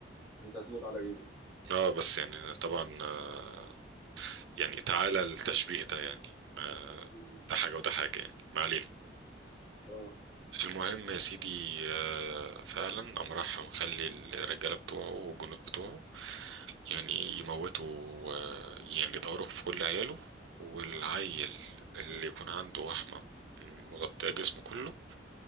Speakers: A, in the centre; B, on the right.
A: أنت هتموت على إيدي
B: اه بس يعني طبعا آه، يعني تعالى التشبيه ده يعني آه،
A: مم.
B: ده حاجه وده حاجه يعني ما علينا
A: اه
B: المهم يا سيدي آه، فعلا قام راح مخلي الرجالة بتوعه والجنود بتوعه يعني ايه يموتوا آه، يعني يدوروا في كل عياله والعيل اللي يكون عنده وحمة مغطية جسمه كله